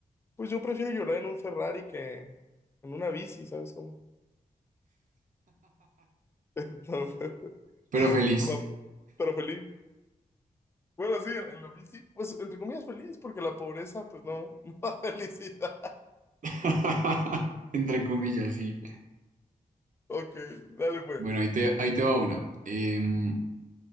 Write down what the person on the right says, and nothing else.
pero feliz,
<laughs> entre comillas, sí.
Bueno, ahí te, ahí te va una. Em,